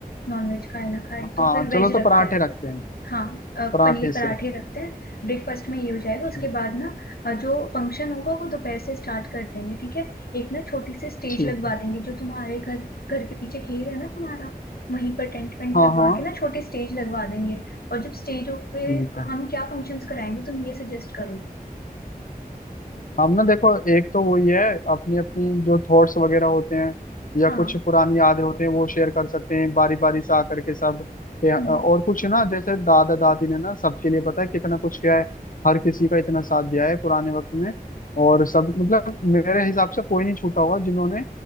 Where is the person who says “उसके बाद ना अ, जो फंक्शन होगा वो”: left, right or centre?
Left